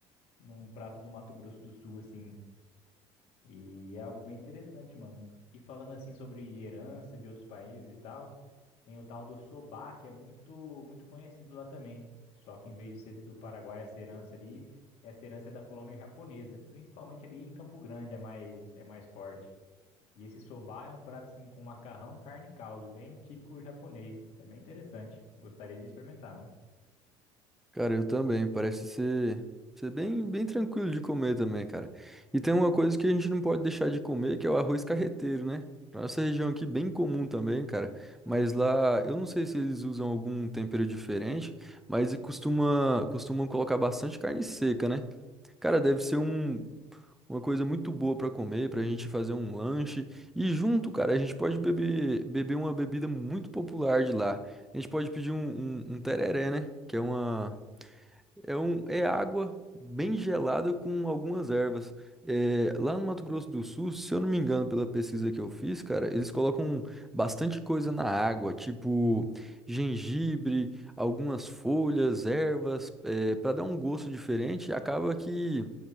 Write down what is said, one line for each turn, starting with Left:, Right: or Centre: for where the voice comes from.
Left: num prato do Mato Grosso do Sul, assim. E é algo bem interessante, mano. E falando assim sobre herança de outros países e tal, tem o tal do sobar, que é muito, muito conhecido lá também. Só que em vez de ser do Paraguai, essa herança ali, essa herança é da colônia japonesa, principalmente ali em Campo Grande, é mais, é mais forte. E esse soba é um prato assim com macarrão, carne e caldo, bem típico japonês. É bem interessante. Gostaria de experimentar, mano.
Centre: Cara, eu também. Parece ser, ser bem, bem tranquilo de comer também, cara. E tem uma coisa que a gente não pode deixar de comer, que é o arroz carreteiro, né? Pra Nossa região aqui, bem comum também, cara. Mas lá, eu não sei se eles usam algum tempero diferente, mas e costuma, costumam colocar bastante carne seca, né? Cara, deve ser um, uma coisa muito boa pra comer, pra gente fazer um lanche. E junto, cara, a gente pode beber, beber uma bebida muito popular de lá. A gente pode pedir um, um, um tereré, né? Que é uma. É, um, é água bem gelada com algumas ervas. É, lá no Mato Grosso do Sul, se eu não me engano, pela pesquisa que eu fiz, cara, eles colocam bastante coisa na água, tipo gengibre, algumas folhas, ervas, é, para dar um gosto diferente. Acaba que